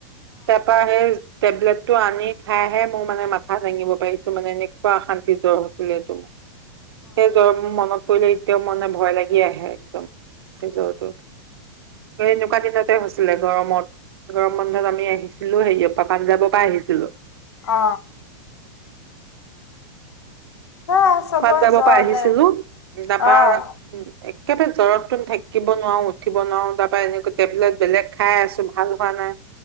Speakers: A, on the right; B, on the left.
A: তাপা সেই, টেবলেটটো আনি খাইহে মোৰ মানে মাথা দাঙিব পাৰিছো মানে, এনেকুৱা অশান্তি জ্বৰ হৈছিলে এইটো মোৰ। সেই জ্বৰ মোৰ মনত পৰিলে, তেওঁ মনে ভয় লাগি আহে। উম সেই জৰটো এনেকুৱা দিনতে হৈছিলে গৰমত গৰম বন্ধত আমি আহিছিলো হেৰিয়ৰ পৰা পাঞ্জাৱৰ পৰা আহিছিলো
B: অ সেয়াই চবৰে
A: পাঞ্জাবৰ
B: জ্বৰ
A: পৰা আহিছিলো
B: দে
A: তাৰপৰা
B: অহ
A: উম একেবাৰে জ্বৰত ত থাকিব নোৱাৰো উঠিব নোৱাৰো তাৰ পৰা এনেকুৱা টেবলেট বেলেগ খাই আছো ভাল হোৱা নাই